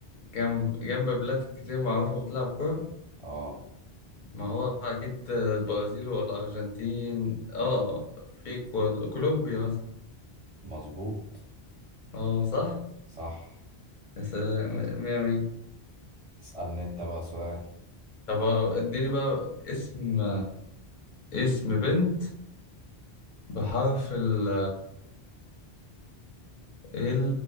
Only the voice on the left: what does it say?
جنب جنب بلاد كتير معروفة بتلعب كورة
ما هو أكيد البرازيل ولا الأرجنتين اه في كواد- كولومبيا مثلا
اه صح
يا سلام مية مية
طب اديني بقى اسم اسم بنت بحرف ال ال